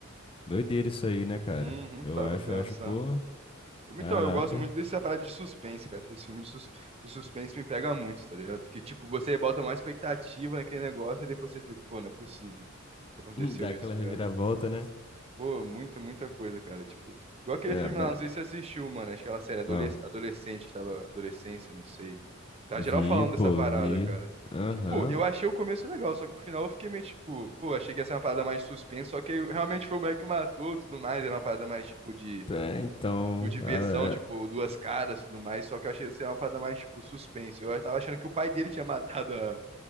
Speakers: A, on the left (about 25°); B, on the right (about 30°).
A: Doideira isso aí, né, cara?
B: Uhum,
A: Eu
B: tu para
A: acho,
B: pra pensar.
A: eu acho, pô.
B: Então,
A: Caraca.
B: eu gosto muito dessa parada de suspense, cara. Esses filmes de, sus- de suspense me pega muito, tá ligado? Que, tipo, você bota mais expectativa naquele negócio e depois você fica, pô, não é possível que aconteceu
A: <laughs> Dá aquela
B: isso, tá
A: reviravolta,
B: ligado?
A: né?
B: Pô, muita, muita coisa, cara. Tipo, igual aquele
A: É,
B: filme
A: mas.
B: lá, não sei se você assistiu, mano. Acho que é aquela série Adoles-
A: Uau.
B: Adolescente, que tava adolescência, não sei. Tá
A: Vi,
B: geral falando
A: pô,
B: dessa parada,
A: vi.
B: cara.
A: Aham.
B: Tipo, eu achei o começo legal, só que o final eu fiquei meio tipo, pô, achei que ia ser uma parada mais suspense, só que aí realmente foi o moleque que matou e tudo mais. Era uma parada mais tipo de,
A: É, então.
B: tipo, diversão,
A: ah,
B: tipo,
A: é.
B: duas caras e tudo mais. Só que eu achei que ia ser uma parada mais tipo suspense. Eu tava achando que o pai dele tinha matado a,